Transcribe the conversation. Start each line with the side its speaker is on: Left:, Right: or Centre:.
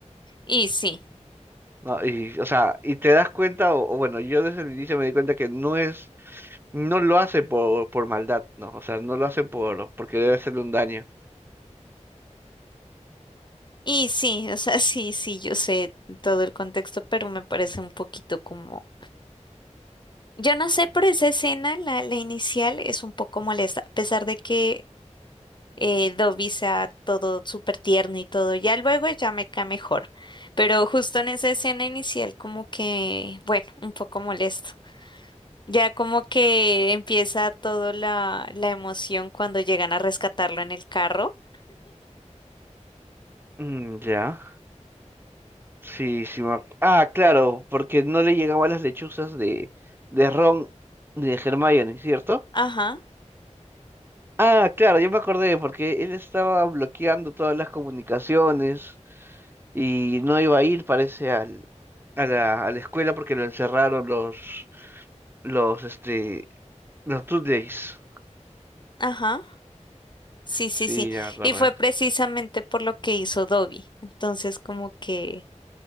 Left: Y sí,
Right: No, y, o sea, y te das cuenta, o, o bueno, yo desde el inicio me di cuenta que no es, no lo hace por, por maldad, ¿no? O sea, no lo hace por, porque debe hacerle un daño.
Left: y sí, o sea, sí, sí, yo sé todo el contexto, pero me parece un poquito como... Yo no sé, pero esa escena, la, la inicial, es un poco molesta, a pesar de que eh, Dobby sea todo súper tierno y todo, ya luego ya me cae mejor, pero justo en esa escena inicial como que, bueno, un poco molesto. Ya como que empieza toda la, la emoción cuando llegan a rescatarlo en el carro.
Right: Mm, ya, sí, sí. me ac- Ah, claro, porque no le llegaban las lechuzas de, de Ron ni de Hermione, ¿cierto?
Left: Ajá,
Right: Ah, claro, yo me acordé, porque él estaba bloqueando todas las comunicaciones y no iba a ir, parece, al, a la, a la escuela porque lo encerraron los, Los, este, los Two Days.
Left: ajá. Sí, sí,
Right: Sí,
Left: sí.
Right: ya me acordé.
Left: Y fue precisamente por lo que hizo Dobby. Entonces, como que